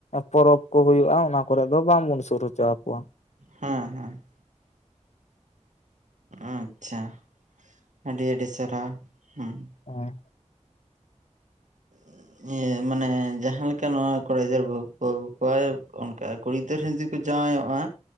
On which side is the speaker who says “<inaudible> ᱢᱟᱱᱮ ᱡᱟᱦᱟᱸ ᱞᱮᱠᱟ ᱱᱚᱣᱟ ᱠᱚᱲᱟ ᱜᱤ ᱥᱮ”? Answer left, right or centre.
Right